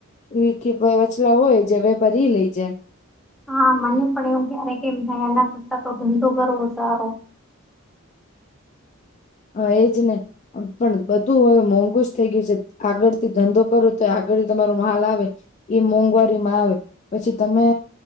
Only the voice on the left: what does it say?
એ કે વચલા હોય જે વેપાર એ લઈ જાય
હ એજ નને પણ બધું હવે મોંઘુ જ થઈ ગયું છે, આગળ થી ધંધો કરો તો આગળ તમારો માલ આવે એ મોંઘવારી માં આવે. પછી તમે